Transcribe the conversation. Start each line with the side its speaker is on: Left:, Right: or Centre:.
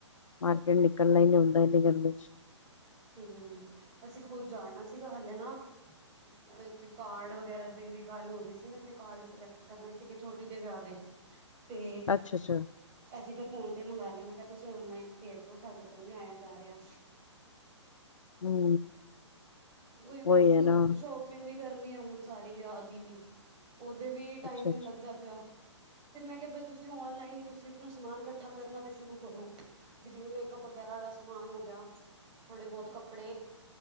Left: ਮਾਰਕੀਟ ਨਿਕਲਣਾ ਈ ਨੀ ਹੁੰਂਦਾ ਇਨੇ ਗਰਮੀੇ 'ਚ
Right: ਹੂੰਅਂ ਅਸੀਂ ਖੁੱਦ ਜਾਣਾ ਸੀਗਾ ਹਲੇੇ ਨਾ ਏਥੇ ਕਾਰਡ ਵਗੈਰਾ ਦੇ ਵੀ ਗੱਲ ਓ ਰੀ ਸੀ ਨਾ ਤੇ ਕਾਰਡ ਸਿਲੈਕਟ ਕਰਨੇ ਸੀਗੇ ਛੋਟੀ ਦੇ ਵਿਆਹ ਦੇ। ਤੇ
Left: ਅੱਛਾ-ਅੱਛਾ,
Right: ਅਸੀੇ ਫੇਰ ਫੋਨ ਤੇ ਮੰਗਵਾ ਲਿਆ ਮੈਂ ਕਿਆ ਤੁਸੀਂ ਓਨਲਾਈਨ ਭੇਜ ਦੋ ਸਾਡੇ ਕੋਲ ਨੀ ਆਇਆ ਜਾ ਰਿਆ।
Left: ਹੂੰ
Right: ਨਈ
Left: ਉਹੀ
Right: ਬਸ
Left: ਹੈ ਨਾ,
Right: ਸ਼ਾਪਿੰਗ ਵੀ ਕਰਨੀ ਐ ਹੁਣ ਸਾਰੀ ਵਿਆਹ ਦੀ ਵੀ ਓਦੇ ਵੀ ਟਾਈਮ
Left: ਅੱਛਾ-ਅੱਛਾ,
Right: ਨਈ ਲੱਗਦਾ ਪਿਆ। ਤੇ ਮੈਂ ਕਿਆ ਬਈ ਤੁਸੀਂ ਓਨਲਾਈਨ ਈ ਤੁਸੀਂ ਆਪਣਾ ਸਮਾਨ ਕੱਠਾ ਕਰਨਾ ਤੇ ਸ਼ੁਰੂ ਕਰੋ ਵੀ ਜਿਵੇਂ ਮੇਕਪ ਵਗੈਰਾ ਅਲਾ ਸਮਾਨ ਓ ਗਿਆ ਥੋੜੇ ਬੋਤ ਕੱਪੜੇ